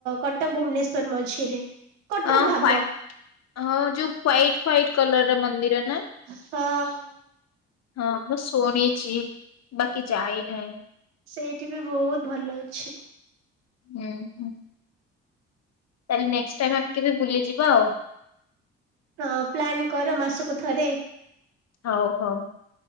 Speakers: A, on the right (about 80°); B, on the left (about 50°).
A: କଟ ତ,, ଭୁବୁନେଶ୍ୱର ମଝିରେ। କଟକ
B: ଓ ହ୍ୱାଇଟ
A: ଭାବ
B: ହଁ ଯୋଉ ହ୍ୱାଇଟ ହ୍ଵାଇଟ କଲର୍ ର ମନ୍ଦିର ନା?
A: ହଁଅଁ।
B: ହଁ ମୁଁ ଶୁଣିଛି ବାକି ଯାଇ ନାହିଁ।
A: ସେଇଟି ବି ବୋହୁତ ଭଲ ଅଛି।
B: ହୁଁ ହୁଁ। ତାହେଲେ ନେକ୍ସଟ ଟାଇମ୍ ଏମ୍ତି ବି ବୁଲିଯିବା ଆଉ।
A: ହଁ ପ୍ଲାନ୍ କର ମାସୁକୁ ଥରେ।
B: ହୋଉ ହୋଉ।